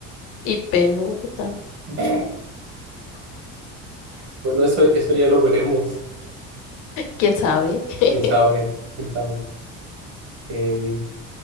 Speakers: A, on the left; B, on the right.
A: y penudo también.
B: <laughs> Bueno, eso, eso ya lo veremos.
A: ¿Quién sabe?
B: Quién
A: <laughs>
B: sabe, quién sabe. Eh,